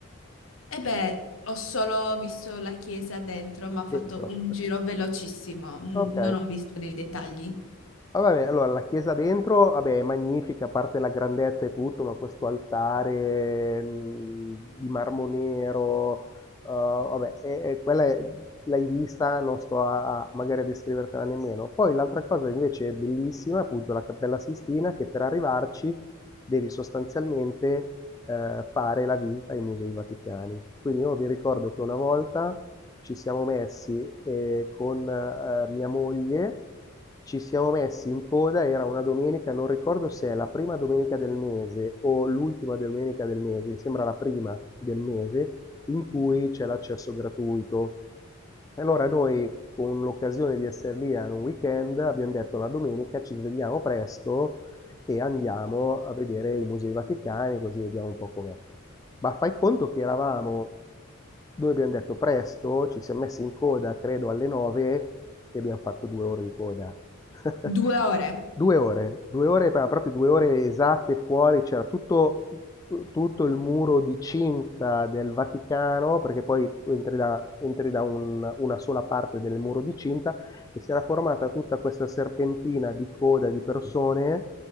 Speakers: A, on the left; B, on the left.
A: E beh, ho solo visto la chiesa dentro, ma ho fatto
B: dentro.
A: un giro velocissimo, n-
B: Ok,
A: non ho visto nei dettagli.
B: Ah, vabbè, allora la chiesa dentro, vabbè, è magnifica, a parte la grandezza e tutto, ma questo altare mh, di marmo nero, eh, vabbè, è- è- quella è- l'hai vista, non sto a, a- magari a descrivertela nemmeno. Poi l'altra cosa invece è bellissima, appunto la Cappella Sistina, che per arrivarci devi sostanzialmente eh, fare la visita ai musei vaticani. Quindi io vi ricordo che una volta ci siamo messi eh, con eh, mia moglie, ci siamo messi in coda, era una domenica, non ricordo se è la prima domenica del mese o l'ultima domenica del mese, mi sembra la prima del mese, in cui c'è l'accesso gratuito. Allora noi, con l'occasione di essere lì a un weekend, abbiamo detto la domenica ci svegliamo presto e andiamo a vedere i musei vaticani, così vediamo un po' com'è. Ma fai conto che eravamo, noi abbiamo detto presto, ci siamo messi in coda, credo, alle 9 e abbiamo fatto due ore di coda. <laughs>
A: Due ore?
B: Due ore, due ore, ma proprio due ore esatte fuori, c'era tutto, tutto il muro di cinta del Vaticano, perché poi tu entri da, entri da un- una sola parte del muro di cinta e si era formata tutta questa serpentina di coda di persone